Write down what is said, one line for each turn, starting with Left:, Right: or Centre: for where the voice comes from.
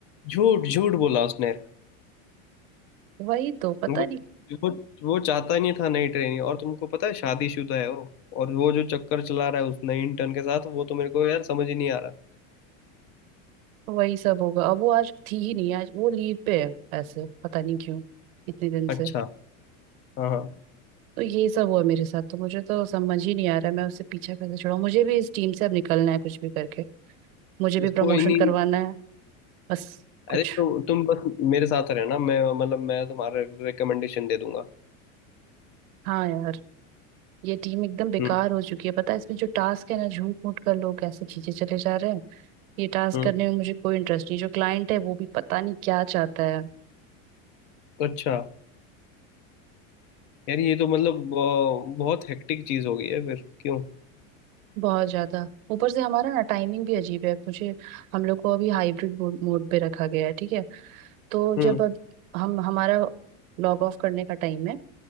Left: झूठ झूठ बोला उसने
Right: वही तो पता
Left: वो
Right: नहीं
Left: वो वो चाहता ही नहीं था नई ट्रेनिंग और तुमको पता है शादीशुदा है वो और वो जो चक्कर चला रहा है उस नई इंटर्न के साथ वो तो मेरे को यार समझ ही नहीं आ रहा
Right: वही सब होगा अब वो आज थी ही नहीं आज वो लीव पे है ऐसे पता नहीं क्यों इतने दिन
Left: अच्छा
Right: से
Left: हाँ हाँ
Right: तो यही सब हुआ मेरे साथ तो मुझे तो समझ ही नहीं आ रहा है, मैं उससे पीछा कैसे छुड़ाऊं मुझे भी इस टीम से अब निकलना है कुछ भी करके मुझे भी प्रमोशन
Left: कोई नहीं
Right: करवाना है बस कुछ
Left: अरे तो, तुम बस मेरे साथ रहना मैं मतलब मैं तुम्हारा रिकमेंडेशन दे दूंगा
Right: हाँ यार ये टीम एकदम बेकार
Left: हम्म
Right: हो चुकी है पता है इसमें जो टास्क है ना झूठ मूठ कर लोग कैसे खींचे चले जा रहे हैं ये टास्क
Left: हम्म
Right: करने में मुझे कोई इंटरेस्ट नहीं जो क्लाइंट है वो भी पता नहीं क्या चाहता है
Left: तो अच्छा यार ये तो मतलब अ, बहुत हेक्टिक चीज हो गई है फिर क्यों
Right: बहुत ज्यादा ऊपर से हमारा ना टाइमिंग भी अजीब है मुझे हम लोग को अभी हाइब्रिड मोड पे रखा गया है ठीक है तो
Left: हम्म
Right: जब अब हम हमारा लॉग ऑफ करने का टाइम है